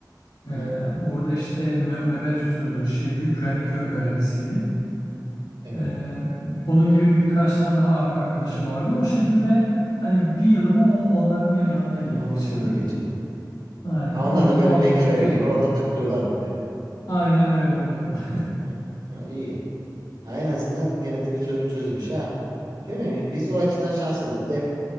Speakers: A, on the left; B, on the right.
A: Ee,
B: Hı hı.
A: orada işte nö- nöbet tutuyordu. Şey gü- güvenlik gö- görevlisiydi.
B: Evet.
A: Ee, onun gibi bir birkaç tane daha arka- arkadaşı vardı. O şekilde hani bir yılımı on- onların ya- yanında ge-
B: Onların
A: geçirdim.
B: yanında geçirdi.
A: Aynen.
B: Ha, onlar
A: O güzel,
B: da böyle
A: o aslında
B: bekar
A: güzel
B: evi gibi
A: oldu.
B: orada takılıyorlardı diyor.
A: Aynen öyle oluyordu.
B: Hı. Ha, iyi. Ha, en azından gene de bir sorun çözülmüş ha. Değil mi? Biz o açıdan şanslıydık. Bir de